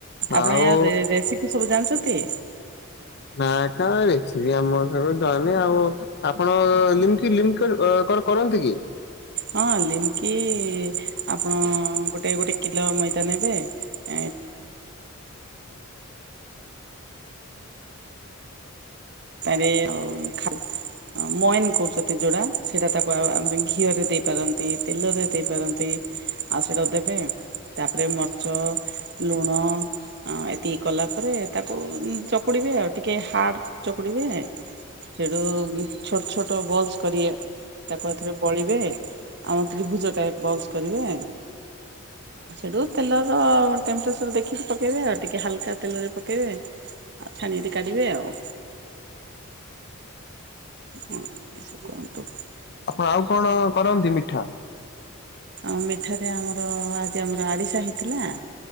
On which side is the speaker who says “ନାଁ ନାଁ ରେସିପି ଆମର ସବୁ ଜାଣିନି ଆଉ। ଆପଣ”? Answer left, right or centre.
Left